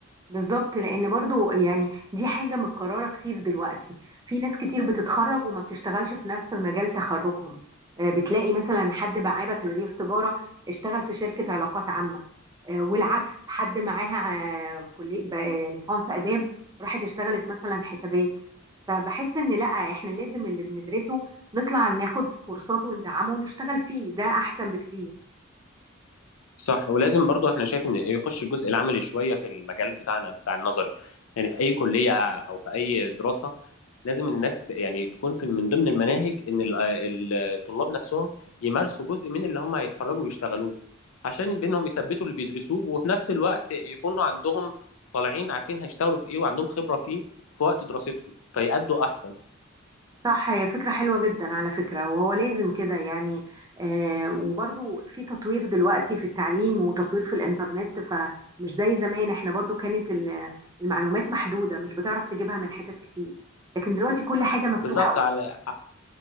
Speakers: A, on the right; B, on the left.
A: بالظبط لأن برضو يعني دي حاجة متكررة كتير دلوقتي في ناس كتير بتتخرج وما بتشتغلش في نفس مجال تخرجهم آه، بتلاقي مثلا حد معاه بكالوريوس تجارة اشتغل في شركة علاقات عامة آه، والعكس حد معاها آه، كلية ب- آه، ليسانس آداب راحت اشتغلت مثلا حسابات فبحس إن لأ إحنا لازم اللي بندرسه نطلع ناخد كورسات وندعمه ونشتغل فيه ده أحسن بكتير
B: صح ولازم برضو احنا شايف ان يخش الجزء العملي شويه في المجال بتاعنا بتاع النظري يعني في اي كليه او في اي دراسه لازم الناس ت- يعني تكون في من ضمن المناهج ان ال- ال- الطلاب نفسهم يمارسوا جزء من اللي هم هيتخرجوا ويشتغلوه عشان بينهم يثبتوا اللي بيدرسوه وفي نفس الوقت يكونوا عندهم طالعين عارفين هيشتغلوا في ايه وعندهم خبره فيه في وقت دراستهم فيأدوا احسن
A: صح هي فكرة حلوة جدا على فكرة وهو لازم كده يعني آه وبرضو في تطوير دلوقتي في التعليم وتطوير في الإنترنت فمش زي زمان احنا برضو كانت ال- المعلومات محدودة مش بتعرف تجيبها من حتت كتير لكن دلوقتي كل حاجة مفتوحة
B: بالظبط على